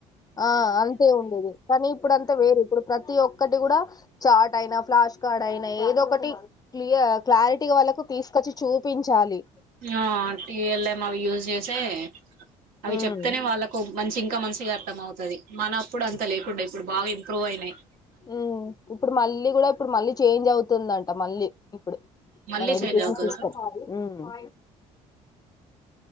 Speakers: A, on the left; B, on the right.
A: ఆ అంతే ఉండేది కానీ ఇప్పుడంతా వేరు ఇప్పుడు ప్రతి ఒక్కటి కూడా చాట్ అయిన ఫ్లాష్ కార్డ్ అయిన ఏదో ఒకటి క్లియ క్లారిటీ వాళ్ళకు తీసుకొచ్చి చూపించాలి
B: ఆ టీఎల్ఎం అవి యూజ్ చేసే అవి
A: ఉమ్
B: చెప్తేనే వాళ్ళకు మంచి ఇంకా మంచిగా అర్థం అవుతది. మనప్పుడు అంత లేకుండే ఇప్పుడు బాగా అంత ఇంప్రూవ్ అయినయ్.
A: ఉ ఇప్పుడు మళ్ళీ గూడా ఇప్పుడు మళ్ళీ చేంజ్ అవుతుందంట మళ్ళీ ఇప్పుడు
B: మళ్ళీ
A: మన ఎడుకేషన్
B: చేంజ్ అవుతదా
A: సిస్టమ్ ఉ